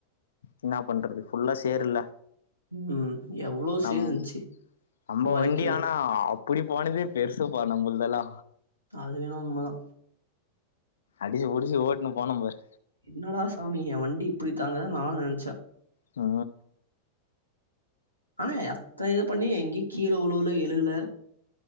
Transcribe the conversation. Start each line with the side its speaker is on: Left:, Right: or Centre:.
Left: என்ன பண்றது ஃபுல்லா சேருல்ல
Right: ம் எவ்ளோ
Left: நம்
Right: சேர் இந்ச்சு
Left: நம்ம
Right: வலிக்கி
Left: வண்டி
Right: வலிக்
Left: ஆனா அப்டி போனதே பெருசுப்பா நம்மளுதெல்லா
Right: அது வேணா உண்மதா
Left: அடிசு புடிச்சு ஓட்னு போனோ பாரு
Right: என்னடா சாமி எ வண்டி இப்டி தாங்குதா நானு நெனச்சே
Left: ஆ
Right: ஆனா அத்தன இது பண்ணி எங்கயு கீழே உழுவுல எழுல